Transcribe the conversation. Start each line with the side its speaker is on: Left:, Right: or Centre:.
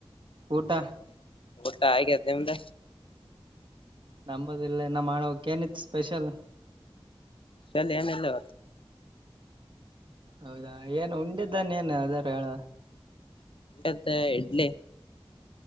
Right: ಊಟ.
Left: ಊಟ್ಟ ಆಗತಿ ನಿಮ್ದ
Right: ನಂಬದ ಇಲ್ಲ ಇನ್ನ ಮಾಡಬೆಕ್ ಏನಿತ್ತ ಸ್ಪೆಷಲ್.
Left: ಚಲ್ ಏನಲ್ಲ.
Right: ಹೌದಾ ಏನ್ ಉಂಡಿದ್ದಾನ ಏನ್ ಅದಾರ ಹೇಳ.
Left: ಎತ್ತ ಇಡ್ಲಿ.